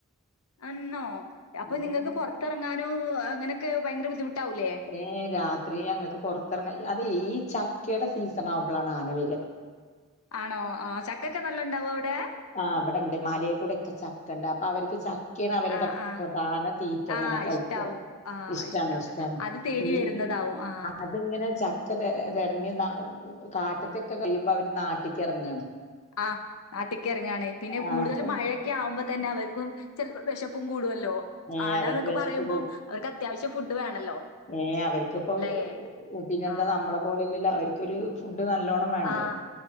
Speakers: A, on the left; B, on the left.
A: അന്നോ അപ്പൊ
B: ഉം
A: നിങ്ങൾക്ക് പുറത്തിറങ്ങാനും അങ്ങനൊക്കെ ഭയങ്കര ബുദ്ധിമുട്ടാവൂല്ലേ
B: ഏഹ രാത്രി ഞങ്ങൾക്ക് പുറത്തിറങ്ങ അതെ ഈ ചക്കയുടെ സീസൺ ആവുമ്പോളാണ് ആന വരിക
A: ആണോ ആഹ ചക്കൊക്കെ നല്ല ഉണ്ടാവോ അവിടെ
B: ആ അവിടെണ്ട് മാലൽ കൂടെ ഒക്കെ ചക്ക ഉണ്ട് അപ്പൊ അവർക്ക് ചക്കാണ് അവരുടെ
A: ആ ആ
B: പ്രധാന തീറ്റ
A: ആ
B: അങ്ങനെ കഴിക്കും
A: ഇഷ്ടാവും ആ
B: ഇഷ്ടണ
A: ഇഷ്ടാവും
B: ഇഷ്ടമാണ്
A: അത് തേടി
B: ഈ
A: വരുന്നതാവും ആ
B: അതിങ്ങനെ ച ഒക്കെ തിറഞ്ഞ് കാട്ടത്തൊക്കെ കഴിയുമ്പോ അവര് നാട്ടിലക്ക് ഇറങ്ങുവയാണ്
A: ആ നാട്ടേക്ക ഇറങ്ങാണ് പിന്നെ
B: ആഹ്
A: കൂടുതൽ
B: അപ്പൊ
A: മഴയൊക്കെ ആവുമ്പോ തന്നെ അവർക്കും ചിലപ്പോ വിശപ്പും കൂടുല്ലോ
B: ഏഹ്
A: ആന
B: അവർക്ക്
A: എന്നൊക്കെ
B: വെശപ്പ്
A: പറയുമ്പോം അവർക്ക് അത്യാവശ്യം ഫുഡ് വേണല്ലോ
B: ഏ അവർക്കിപ്പോ
A: അല്ലെ
B: പിന്നെ എന്താ
A: ആഹ്
B: നമ്മളെ പോലെല്ലല്ലോ അവർക്കൊരു ഫുഡ് നല്ലോണം വേണ്ട
A: ആഹ്